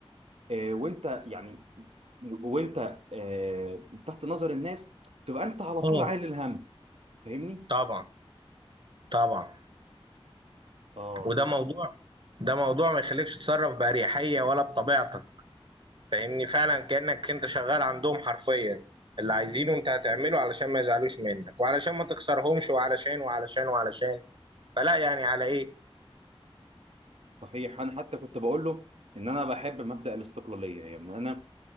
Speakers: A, on the right; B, on the right.
A: آه، وانت يعني وانت آه، تحت نظر الناس تبقى انت على طول
B: اه
A: عايل الهم فاهمني
B: طبعا طبعا
A: اه
B: وده موضوع ده موضوع ما يخليكش تتصرف بأريحية ولا بطبيعتك فاهمني فعلا كأنك انت شغال عندهم حرفيا اللي عايزينه انت هتعمله علشان ما يزعلوش منك وعلشان ما تخسرهمش وعلشان وعلشان وعلشان فلا يعني على ايه
A: صحيح انا حتى كنت بقول له ان انا بحب مبدأ الاستقلاليه يعني انا